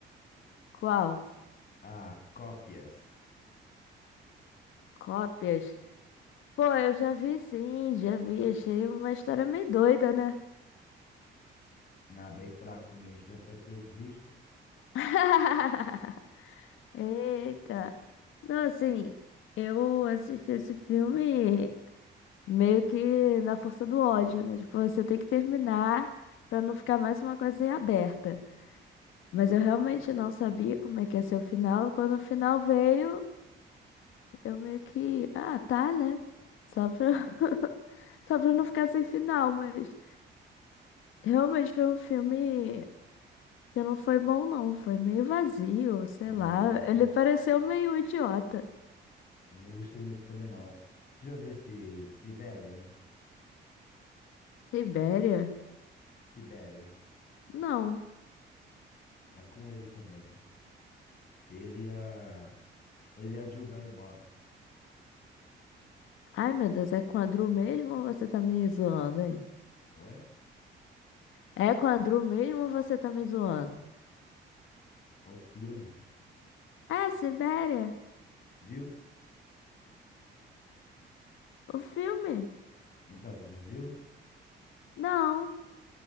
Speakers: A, on the left; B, on the left.
A: qual?
B: Ah, cópias.
A: Cópias? Pô, eu já vi sim, já vi. Achei uma história meio doida, né?
B: Ah, bem fraco mesmo. mas até que foi eu que fiz, pô.
A: <laughs> Eita. Não, assim, eu assisti esse filme meio que na força do ódio, né? Tipo, você tem que terminar pra não ficar mais uma coisa em aberta. Mas eu realmente não sabia como é que ia ser o final. Quando o final veio. Eu meio que, ah, tá, né? Só pra, <laughs> só pra não ficar sem final, mas realmente foi um filme que não foi bom, não. Foi meio vazio, sei
B: Ah,
A: lá.
B: é.
A: Ele pareceu meio idiota.
B: Eu não gostei muito também, não. Tu já viu esse Sibéria?
A: Sibéria?
B: Sibéria.
A: Não.
B: É com ele também. Ele e a Ele é a Drew Barrymore.
A: Ai, meu Deus, é com a Drew mesmo ou você tá me zoando, hein?
B: Oi?
A: É com a Drew mesmo ou você tá me zoando?
B: O filme.
A: É, Sibéria?
B: Já viu?
A: O filme?
B: Então, tu já viu?
A: Não.